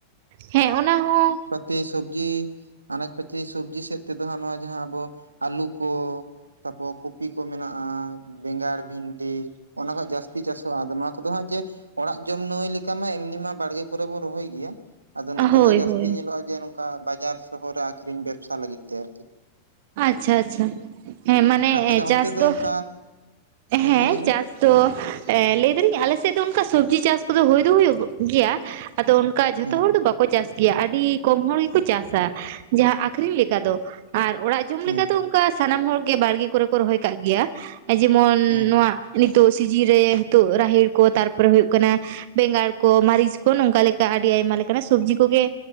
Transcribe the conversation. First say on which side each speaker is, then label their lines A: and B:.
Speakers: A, on the right; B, on the right.
A: ᱦᱮᱸ ᱚᱱᱟ ᱦᱚᱸ
B: ᱛᱮ ᱥᱚᱵᱽᱡᱤ ᱟᱱᱟᱡᱽ ᱯᱟᱹᱛᱤ ᱥᱚᱵᱽᱡᱤ ᱥᱮᱫ ᱛᱮ ᱫᱚ ᱦᱟᱸᱜ ᱱᱚᱣᱟ ᱡᱟᱦᱟ ᱟᱵᱚ ᱟᱹᱞᱩ ᱠᱚ᱾ ᱛᱟᱯᱚ ᱠᱚᱯᱤ ᱠᱚ ᱢᱮᱱᱟᱜᱼᱟ, ᱵᱮᱸᱜᱟᱲ, ᱵᱷᱤᱱᱰᱤ ᱚᱱᱟ ᱠᱷᱚᱡ ᱡᱟᱹᱥᱛᱤ ᱪᱟᱥᱚᱜᱼᱟ, ᱟᱫᱚ ᱱᱚᱣᱟ ᱠᱚᱫᱚ ᱦᱟᱸᱜ ᱡᱮ ᱚᱲᱟᱜ ᱡᱚᱢ ᱱᱟᱹᱢᱟᱭ ᱞᱮᱠᱟ ᱢᱟ ᱮᱢᱱᱤ ᱢᱟ ᱵᱟᱲᱜᱮ ᱠᱚᱨᱮ ᱵᱚ ᱨᱚᱦᱚᱭ ᱜᱮᱭᱟ᱾ ᱟᱫᱚ ᱱᱚᱛᱮ
A: ᱦᱳᱭ
B: ᱫᱚ ᱡᱟᱹᱥᱛᱤ
A: ᱦᱳᱭ
B: ᱧᱮᱞᱚᱜᱼᱟ ᱡᱮ ᱱᱚᱝᱠᱟ ᱵᱟᱡᱟᱨ ᱥᱚᱦᱚᱨ ᱨᱮ ᱟᱠᱷᱨᱤᱧ ᱵᱮᱵᱥᱟ ᱞᱟᱹᱜᱤᱫ ᱛᱮ ᱟᱨᱠᱤ᱾
A: ᱟᱪᱪᱷᱟ ᱟᱪᱪᱷᱟ, ᱦᱮᱸ ᱢᱟᱱᱮ
B: ᱟᱨ ᱛᱟᱦᱞᱮ
A: ᱪᱟᱥ
B: ᱚᱱᱛᱮ
A: ᱫᱚ,
B: ᱚᱱᱠᱟ
A: ᱦᱮᱸ
B: ᱢᱟ ᱞᱟᱹᱭ ᱵᱮᱱ
A: ᱪᱟᱥ ᱛᱚ ᱮᱸ ᱞᱟᱹᱭ ᱫᱟᱞᱤᱧ ᱟᱞᱮ ᱥᱮᱫ ᱫᱚ ᱚᱝᱠᱟ ᱥᱚᱵᱽᱡᱤ ᱪᱟᱥ ᱠᱚᱫᱚ ᱦᱩᱭ ᱫᱚ ᱦᱩᱭᱩᱜᱚᱜ ᱜᱮᱭᱟ, ᱟᱫᱚ ᱚᱱᱠᱟ ᱡᱷᱚᱛᱚ
B: ᱦᱮᱸ
A: ᱦᱚᱲ ᱫᱚ ᱵᱟᱠᱚ ᱪᱟᱥ ᱜᱮᱭᱟ, ᱟᱹᱰᱤ ᱠᱚᱢ ᱦᱚᱲ ᱜᱮᱠᱚ ᱪᱟᱥᱫᱟ᱾ ᱡᱟᱦᱟᱸ ᱟᱠᱷᱨᱤᱧ ᱞᱮᱠᱟ ᱫᱚ, ᱟᱨ ᱚᱲᱟᱜ ᱡᱚᱢ ᱞᱮᱠᱟ
B: ᱦᱮᱸ
A: ᱫᱚ ᱚᱝᱠᱟ ᱥᱟᱱᱟᱢ ᱦᱚᱲᱜᱮ ᱵᱟᱲᱜᱮ ᱠᱚᱨᱮ ᱠᱚ ᱨᱚᱦᱚᱭ ᱟᱠᱟᱜ ᱜᱮᱭᱟ, ᱡᱮᱢᱚᱱ
B: ᱦᱮᱸ
A: ᱱᱚᱣᱟ ᱱᱤᱛᱚᱜ ᱥᱤᱡᱤᱱ ᱨᱮ ᱦᱤᱛᱚᱜ ᱨᱟᱦᱮᱲ ᱠᱚ ᱛᱟᱨᱯᱚᱨᱮ ᱦᱩᱭᱩᱜ ᱠᱟᱱᱟ ᱵᱮᱸᱜᱟᱲ ᱠᱚ ᱢᱟᱨᱤᱪ ᱠᱚ ᱱᱚᱝᱠᱟ ᱞᱮᱠᱟ ᱟᱹᱰᱤ ᱟᱭᱢᱟ ᱞᱮᱠᱟᱱᱟᱜ ᱥᱚᱵᱽᱡᱤ ᱠᱚᱜᱮ